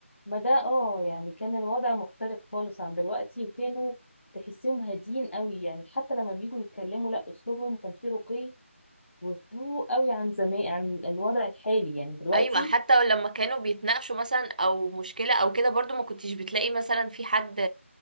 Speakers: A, on the left (about 65°); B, on the right (about 35°).
A: ما ده اه يعني كان الوضع مختلف خالص عن دلوقتي وكانوا تحسيهم هاديين قوي يعني حتى لما بيجوا يتكلموا لا أسلوبهم كان فيه رقي وهدوء قوي عن زمان عن الوضع الحالي يعني دلوقتي
B: ايوه حتى لما كانوا بيتناقشوا مثلا او مشكله او كده برضو ما كنتش بتلاقي مثلا في حد